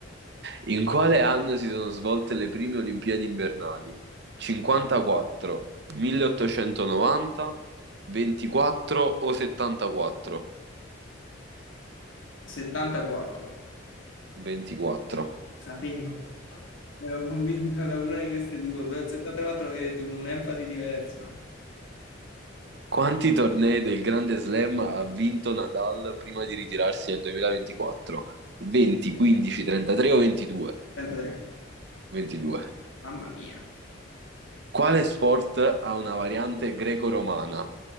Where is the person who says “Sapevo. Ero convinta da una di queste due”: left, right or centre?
Left